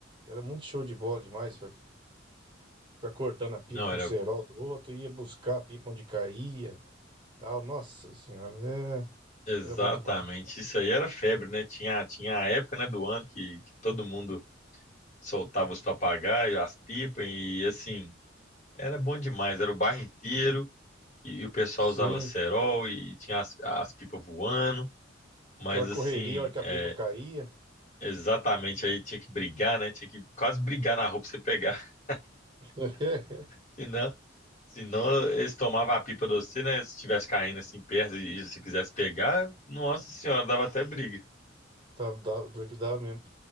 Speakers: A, on the right (about 25°); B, on the left (about 40°).
A: Era muito show de bola demais. Ficar cortando a pipa
B: Não,
A: com
B: era...
A: o cerol
B: bo-
A: do outro, ia buscar a pipa onde caía, tal. Nossa senhora, é,
B: Exatamente.
A: era muito bom.
B: Isso aí era febre, né? Tinha, tinha a época, né, do ano que, que todo mundo soltava os papagaios, as pipas e, assim, era bom demais. Era o bairro inteiro e, e o pessoal
A: Sim,
B: usava cerol e tinha as, as pipas voando. Mas,
A: aquela
B: assim...
A: correria, a hora que
B: é,
A: a pipa caía,
B: Exatamente, aí tinha que brigar, né? Tinha que quase brigar na rua pra você pegar. <laughs>
A: <laughs>
B: Senão, senão eles tomavam a pipa de você, né? Se estivesse caindo assim perto e se quisesse pegar, nossa senhora, dava até briga.
A: tava da- dor que dava mesmo.